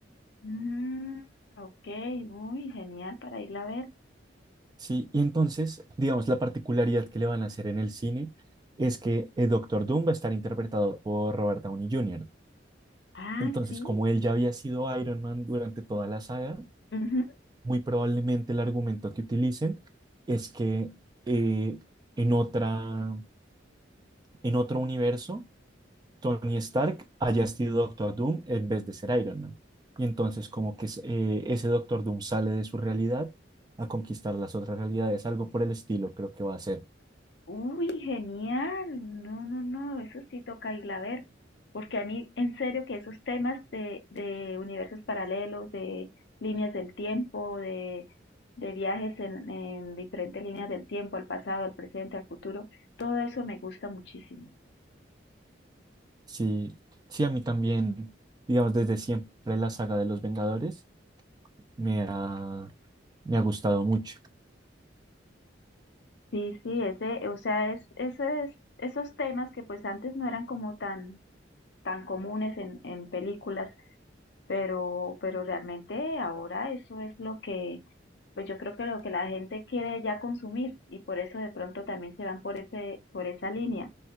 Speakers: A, on the left; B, on the right.
A: Mm, ok, uy, genial para irla a ver.
B: Sí, y entonces, digamos, la particularidad que le van a hacer en el cine es que el Doctor Doom va a estar interpretado por Robert Downey Jr.
A: Ah,
B: Entonces,
A: sí.
B: como él ya había sido Iron Man durante toda la saga,
A: ujú.
B: muy probablemente el argumento que utilicen es que eh, en otra en otro universo, Tony Stark haya sido Doctor Doom en vez de ser Iron Man. Y entonces como que es- eh, ese Doctor Doom sale de su realidad a conquistar las otras realidades, algo por el estilo creo que va a ser.
A: Uy, genial. No, no, no, eso sí toca irla a ver. Porque a mí, en serio, que esos temas de, de universos paralelos, de líneas del tiempo, de, de viajes en, en diferentes líneas del tiempo, al pasado, al presente, al futuro, todo eso me gusta muchísimo.
B: Sí, sí, a mí también, digamos, desde siempre la saga de los Vengadores me ha, me ha gustado mucho.
A: Sí, sí, ese, o sea, es, ese es- esos temas que pues antes no eran como tan, tan comunes en, en películas, pero, pero realmente ahora eso es lo que, pues yo creo que lo que la gente quiere ya consumir y por eso de pronto también se van por ese, por esa línea.